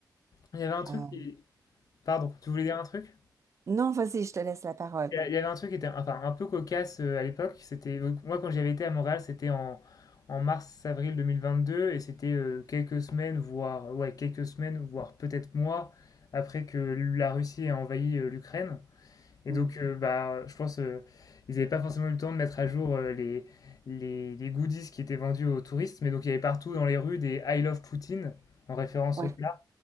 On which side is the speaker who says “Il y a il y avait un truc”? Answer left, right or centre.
Left